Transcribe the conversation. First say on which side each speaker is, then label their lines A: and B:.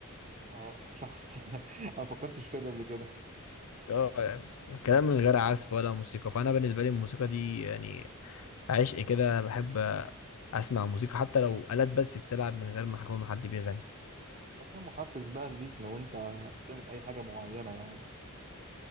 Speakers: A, on the right; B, on the left.
A: اه <laughs> صح أنا ما فكرتش فيها دي قبل كده
B: اه يعني كلام من غير عزف ولا موسيقى فانا بالنسبه لي الموسيقى دي يعني عشق كده انا بحب اسمع موسيقى حتى لو آلات بس بتلعب من غير ما يكون حد بيغني
A: أفلام محفز بقى ليك لو أنت بتعمل أي حاجة معينة يعني